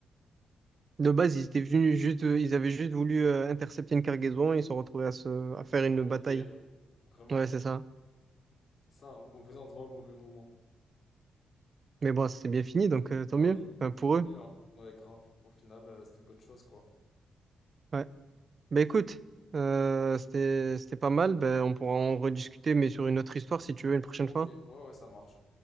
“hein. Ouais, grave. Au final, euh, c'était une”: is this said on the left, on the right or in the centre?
Left